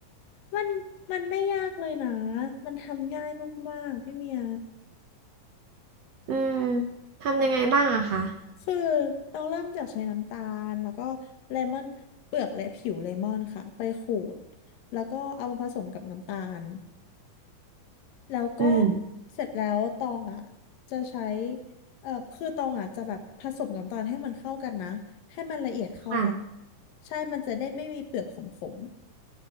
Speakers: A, on the left (about 80°); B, on the right (about 65°).
A: มันมันไม่ยากเลยนะมันทำง่ายมากๆพี่เมีย
B: อืมทำยังไงบ้างอะคะ
A: คือต้องเริ่มจากใช้น้ำตาลแล้วก็เลมอนเปลือกและผิวเลมอนค่ะไปขูดแล้วก็เอามาผสมกับน้ำตาล แล้วก็
B: อืม
A: เสร็จแล้วตองอ่ะจะใช้เอ่อคือตองอ่ะจะแบบผสมกัน้ำตาลให้มันเข้ากันนะให้มันละเอียดเข้ากัน
B: ค่ะ
A: ใช่มันจะได้ไม่มีเปลือกขม